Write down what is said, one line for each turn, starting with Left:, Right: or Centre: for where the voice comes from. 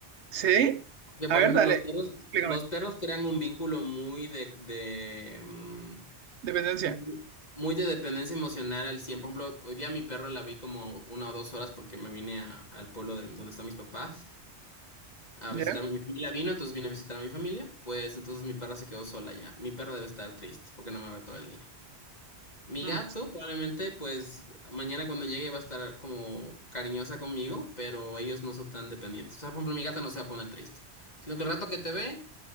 Right: sí.
Left: Que,
Right: A
Left: por
Right: ver,
Left: ejemplo,
Right: dale,
Left: los perros,
Right: explícame.
Left: los perros crean un vínculo muy de, de, mm,
Right: Dependencia.
Left: mu- muy de dependencia emocional al 100. Por ejemplo, hoy día mi perro la vi como una o dos horas porque me vine a- al pueblo de, donde están mis papás. a
Right: ¿Ya?
Left: visitar mi, mi familia vino, entonces vine a visitar a mi familia, pues entonces mi perra se quedó sola ya. Mi perra debe estar triste porque no me ve todo el día. Mi
Right: Mm,
Left: gato probablemente pues mañana cuando llegue va a estar como cariñosa conmigo, pero ellos no son tan dependientes. O sea, por ejemplo, mi gata no se va a poner triste, sino que el rato que te ve